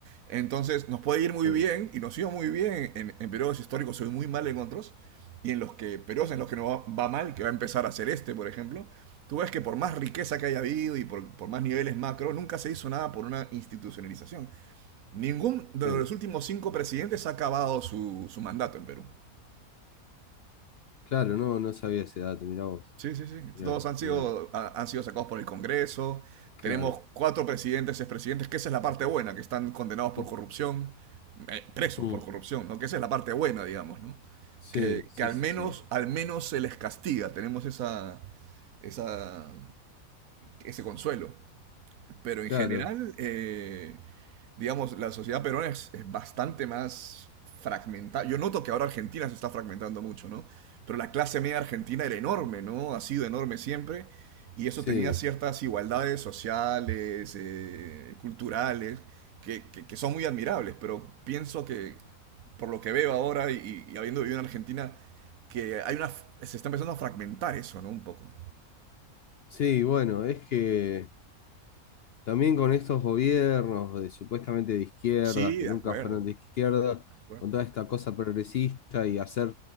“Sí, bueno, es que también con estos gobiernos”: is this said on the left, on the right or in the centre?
Left